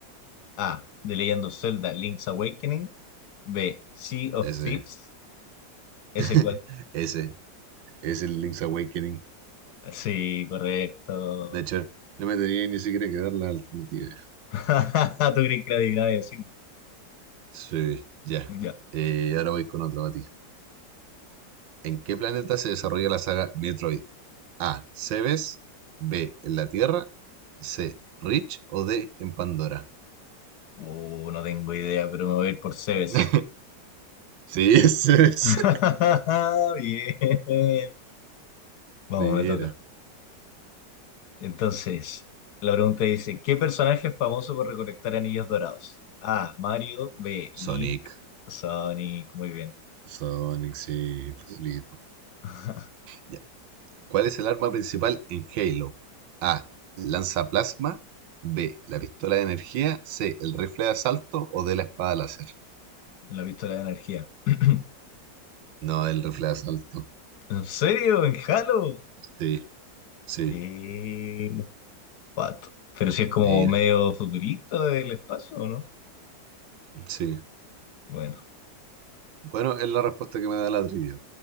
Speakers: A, on the left; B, on the right.
A: A. The Legend of Zelda Link's Awakening. B. Sea of
B: Ese.
A: Thieves. ¿Ese
B: <laughs>
A: cuál?
B: Ese. Es el Link's Awakening.
A: Sí, correcto.
B: De hecho, no me tenía ni siquiera que dar la alternativa.
A: <laughs> ¿Tú crees que era adivinaba y así, no?
B: Sí, ya.
A: Ya.
B: Eh, ahora voy con otro para ti. ¿En qué planeta se desarrolla la saga Metroid? A. Cebes. B. En la Tierra. C. Rich. O D. En Pandora.
A: Uh, no tengo idea, pero me voy a ir por Cebes.
B: <laughs> Sí, <laughs> ese es.
A: <laughs> Bien. Vamos,
B: Mira,
A: me toca. Entonces, la pregunta dice, ¿qué personaje es famoso por recolectar anillos dorados? A. Mario. B. Link.
B: Sonic.
A: Sonic. Muy bien.
B: Sonic, sí, facilito.
A: <laughs>
B: Ya. ¿Cuál es el arma principal en Halo? A. lanza plasma. B. La pistola de energía. C. El rifle de asalto o de la espada láser.
A: La pistola de energía. <clears throat>
B: No, el rifle de asalto.
A: ¿En serio? ¿En Halo?
B: Sí, sí.
A: Qué pato. Pero si es como
B: Mira,
A: medio futurista del espacio, ¿o no?
B: sí.
A: Bueno.
B: Bueno, es la respuesta que me da la trivia.